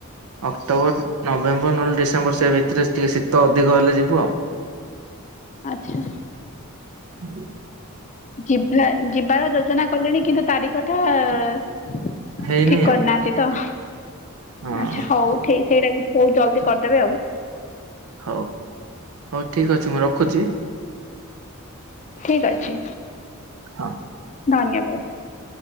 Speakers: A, on the right; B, on the left.
A: ଅକ୍ଟୋବର ନଭେମ୍ବର ନହେଲେ ଡିସେ ମ୍ୱର ଭିତରେ ଟିକେ ଶୀତ ଅଧିକ ହେଲେ ଯିବୁ ଆଉ।
B: ଆଛା।
A: ହୁଁ
B: ଯିବା ଯିବାର ଯୋଜନା କଲେଣି କିନ୍ତୁ ତାରିଖ ଟା ଠିକ
A: ହେଇନି
B: କରିନାହାନ୍ତି
A: ଆଉ
B: ତ।
A: ହଁ
B: ଆଚ୍ଛା ହଉ ଠିକ ସେଇଟା ବି ବହୁତ ଜଲ୍ଦି
A: ହଉ
B: କରିଦେବେ ଆଉ।
A: ହଉ ହଉ ଠିକ ଅଛି ମୁଁ ରଖୁଛି।
B: ଠିକ ଅଛି।
A: ହଁ।
B: ଧନ୍ୟବାଦ।